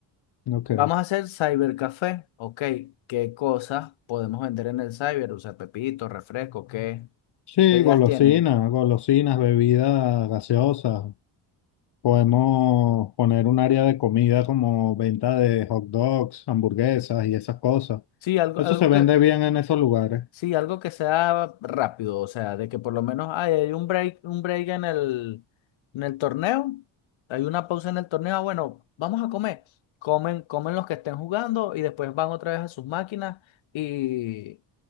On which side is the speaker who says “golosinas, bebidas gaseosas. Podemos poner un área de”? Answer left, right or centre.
Left